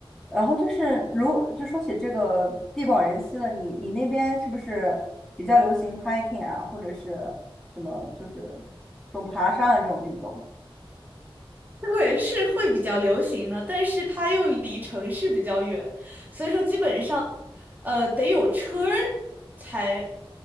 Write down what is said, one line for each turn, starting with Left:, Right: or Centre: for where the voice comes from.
Centre: 然后就是如就说起这个地广人稀了，你你那边是不是比较流行 hiking 啊，或者是什么就是这种爬山啊这种运动？
Right: 对，是会比较流行的，但是它又离城市比较远，所以说基本上，呃，得有车儿才，